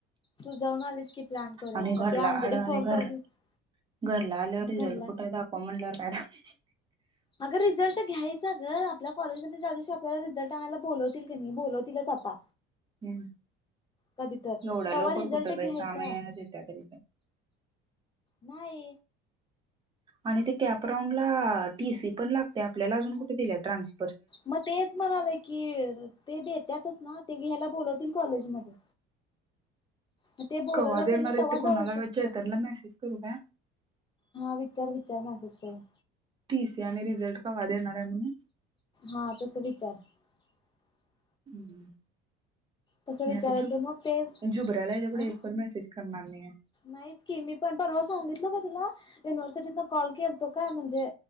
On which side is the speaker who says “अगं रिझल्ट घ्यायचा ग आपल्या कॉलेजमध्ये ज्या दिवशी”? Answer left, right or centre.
Left